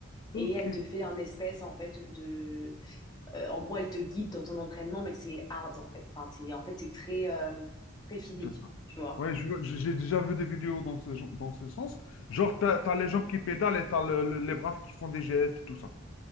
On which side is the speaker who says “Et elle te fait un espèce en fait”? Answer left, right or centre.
Left